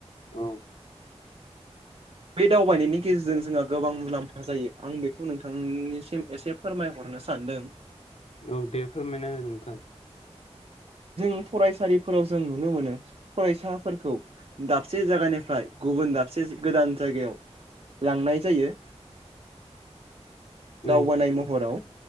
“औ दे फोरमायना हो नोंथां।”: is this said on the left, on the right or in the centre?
Left